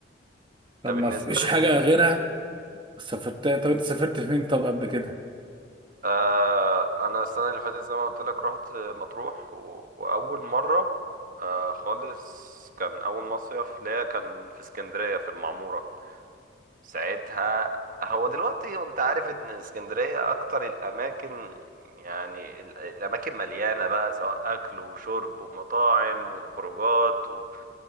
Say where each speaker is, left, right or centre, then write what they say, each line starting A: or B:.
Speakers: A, on the right (about 25°); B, on the right (about 45°).
A: طب
B: ده
A: ما
B: بالنسبة
A: فيش حاجه غيرها سافرت طب انت سافرت فين طب قبل كده
B: آه انا السنه اللي فاتت زي ما قلت لك رحت مطروح و... واول مره آه خالص كان اول مصيف ليا كان في اسكندريه في المعموره ساعتها هو دلوقتي وانت عارف ان اسكندريه اكتر الاماكن يعني ال- الاماكن مليانه بقى سواء اكل وشرب ومطاعم وخروجات و...